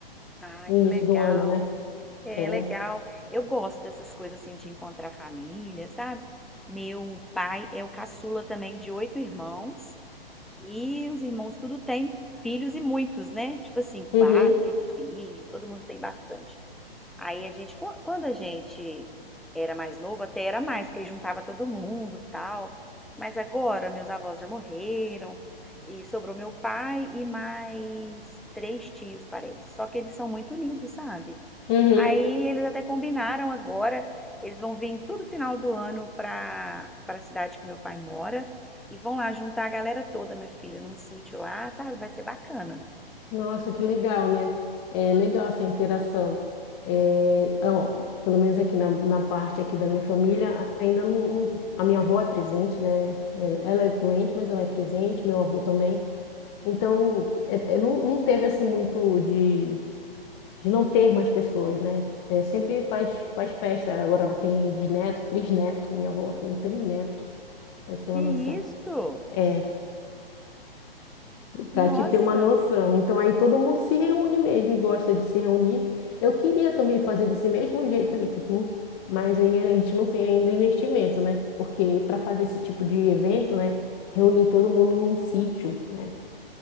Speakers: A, in the centre; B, on the left (about 30°).
A: ai,
B: o
A: que
B: início
A: legal.
B: do ano, né?
A: É
B: É.
A: legal. Eu gosto dessas coisas assim de encontrar família, sabe? Meu pai é o caçula também de oito irmãos. E os irmãos tudo têm filhos e muitos, né? Tipo assim, quatro
B: Uhum,
A: filhos, todo mundo tem bastante. Aí a gente, qu- quando a gente era mais novo, até era mais, porque aí juntava todo mundo, tal. Mas agora meus avós já morreram e sobrou meu pai e mais três tios, parece. Só que eles são muito unidos, sabe?
B: uhum.
A: Aí eles até combinaram agora, eles vão vir em todo final do ano para para a cidade que meu pai mora e vão lá juntar a galera toda, minha filha, num sítio lá, sabe? Vai ser bacana.
B: Nossa, que legal, né? É legal essa interação. É, ó, pelo menos aqui na, na parte aqui da minha família, ainda não, não- a minha avó é presente, né? É, Ela é doente, mas ela é presente, meu avô também. Então, é- é, não, não teve assim muito de de não ter mais pessoas, né? É, sempre faz, faz festa. Agora ela tem bisneto, trisneto. Minha avó tem trineto, pra gente ter
A: Que
B: uma
A: isso?
B: noção. É, pra
A: Nossa!
B: te ter uma noção. Então aí todo mundo se reúne mesmo e gosta de se reunir. Eu queria também fazer desse mesmo jeito aí que tu, mas aí né, a gente não tem ainda investimento, né? Porque para fazer esse tipo de evento, né? Reunir todo mundo num sítio, né?